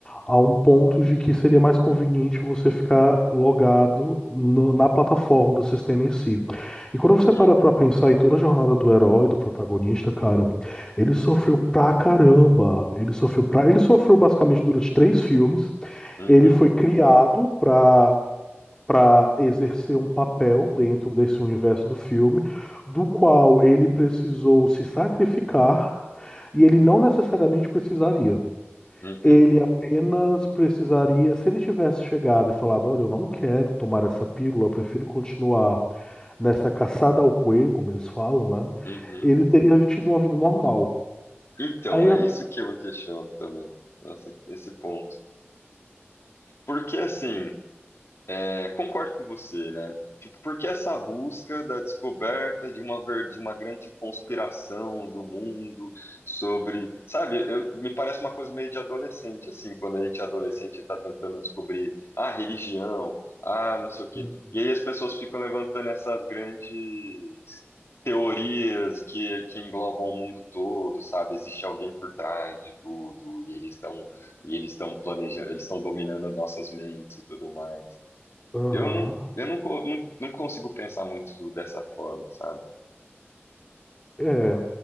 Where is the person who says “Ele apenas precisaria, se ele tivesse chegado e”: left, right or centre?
Left